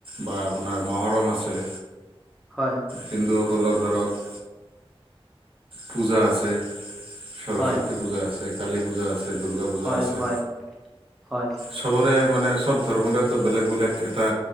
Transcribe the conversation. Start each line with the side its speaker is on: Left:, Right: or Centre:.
Right: বা আপোনাৰ মহৰম আছে।
Centre: হয়।
Right: হিন্দুসকলৰ ধৰক পূজা আছে, সৰস্বতী
Centre: হয়
Right: পূজা আছে, কালী পূজা আছে। এ, দুৰ্গা পূজা
Centre: হয়
Right: আছে।
Centre: হয় হয়
Right: চবৰে মানে চব ধৰ্মৰেতো বেলেগ বেলেগ এটা